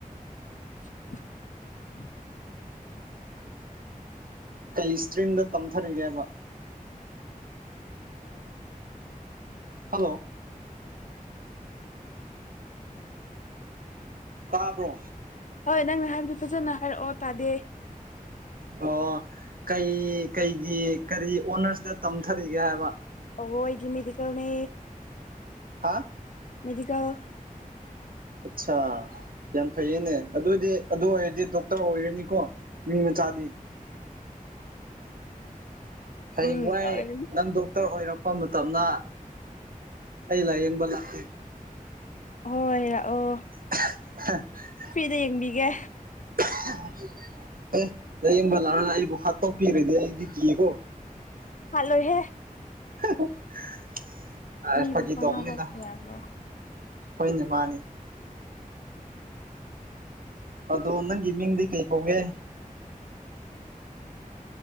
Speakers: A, on the left; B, on the right.
A: <inaudible>
B: ꯀꯩ ꯏꯁꯇ꯭ꯔꯤꯝꯗ ꯇꯝꯊꯔꯤꯒꯦꯕ ꯍꯜꯂꯣ ꯇꯥꯕ꯭ꯔꯣ
A: ꯍꯣꯏ ꯅꯪꯅ ꯍꯥꯏꯕꯗꯨ ꯐꯖꯅ ꯍꯥꯏꯔꯛꯑꯣ ꯇꯥꯗꯦ
B: ꯑꯣ ꯀꯩ ꯀꯩꯒꯤ ꯀꯔꯤ ꯑꯣꯅꯔꯁꯇ ꯇꯝꯊꯔꯤꯒꯦ ꯍꯥꯏꯕ
A: ꯑꯣ ꯑꯩꯗꯤ ꯃꯦꯗꯤꯀꯦꯜꯅꯦ
B: ꯍꯥ
A: ꯃꯦꯗꯤꯀꯦꯜ
B: ꯑꯠꯆꯥ ꯌꯥꯝ ꯐꯩꯌꯦꯅꯦ ꯑꯗꯨꯏꯗꯤ ꯑꯗꯨ ꯑꯣꯏꯔꯗꯤ ꯗꯣꯛꯇꯔ ꯑꯣꯏꯔꯅꯤꯀꯣ ꯃꯤ ꯃꯆꯥꯗꯤ ꯍꯩ
A: ꯎꯝ
B: ꯋꯥꯏ
A: ꯑꯣꯏꯔꯅꯤ
B: ꯅꯪꯗ ꯗꯣꯛꯇꯔ ꯑꯣꯏꯔꯛꯄ ꯃꯇꯝꯅ ꯑꯩ ꯂꯥꯏꯌꯦꯡꯕ ꯂꯥꯛꯇꯦ
A: ꯍꯣꯏ ꯂꯛꯑꯣ
B: <unintelligible>
A: ꯐ꯭ꯔꯤꯗ ꯌꯦꯡꯕꯤꯒꯦ
B: <unintelligible> ꯑꯦ ꯂꯥꯏꯌꯦꯡꯕ ꯂꯥꯛꯑꯒ ꯑꯩꯕꯨ ꯍꯥꯠꯇꯧꯄꯤꯔꯗꯤ ꯑꯩꯗꯤ ꯀꯤꯀꯣ
A: ꯍꯠꯂꯣꯢꯍꯦ
B: <unintelligible> ꯑꯁ
A: ꯃꯤꯕꯨ
B: ꯐꯒꯤ
A: ꯄꯪꯍꯥꯠ
B: ꯇꯧꯕꯅꯤꯗ
A: ꯍꯥꯠꯄ ꯌꯥꯕ꯭ꯔꯣ
B: ꯍꯣꯏꯅꯦ ꯃꯥꯅꯤ ꯑꯗꯣ ꯅꯪꯒꯤ ꯃꯤꯡꯗꯤ ꯀꯩ ꯀꯧꯒꯦ